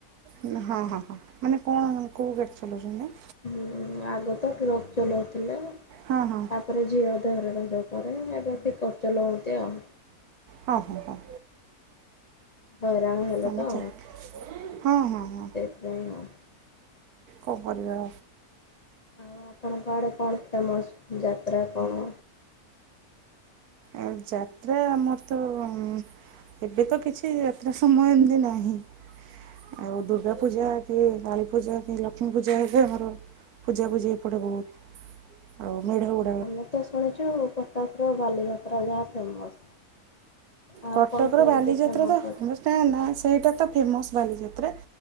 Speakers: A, on the right; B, on the left.
A: ମାନେ ହଁ, ହଁ, ହଁ ମାନେ କଣ କୋଉ ଗାଡ଼ି ଚଲଉଛନ୍ତି?
B: ହୁଁ ଆଗ ତ ଟ୍ରକ୍ ଚଲଉଥୁଲେ।
A: ହଁ, ହଁ।
B: ତାପରେ ଝିଅ ଦେହରେ ରହିଲା ପରେ ଏବେ ପିକଅପ୍ ଚଲାନ୍ତି ଆଉ।
A: ହଁ, ହଁ, ହଁ।
B: ହଇରାଣ ହେଲେ
A: ସ୍ୱାମୀ
B: ତ।
A: ଚାକିରି ହଁ, ହଁ, ହଁ।
B: ସେଇଥିପାଇଁ ଆଉ।
A: କଣ କରିବା?
B: ଆଉ ଆପଣଙ୍କ ଆଡ଼େ କଣ ଫେମସ୍ ଯାତ୍ରା କଣ?
A: ଆଉ ଯାତ୍ରା ଆମର ତ ଉଁ, ଏବେ ତ କିଛି ଯାତ୍ରା ସମୟ ଏମିତି ନାହିଁ। ଆଉ ଦୁର୍ଗା ପୂଜା କି କାଳୀ ପୂଜା କି ଲକ୍ଷ୍ମୀ ପୂଜା ହେଲେ ଆମର ପୂଜା ପୁଜି ଏପଟେ ବହୁତ। ଆଉ ମେଢ ଗୁ
B: ଆମେ ତ ଶୁଣିଛୁ କଟକର ବାଲିଯାତ୍ରା ଯାହା ଫେମସ୍। ଆଉ
A: କଟକର
B: କଣ ସେମିତି
A: ବାଲିଯାତ୍ରା ତ
B: ଅଛି?
A: ଫେମସ୍ ତା ନା ସେଇଟା ତ ଫେମସ୍ ବାଲିଯାତ୍ରା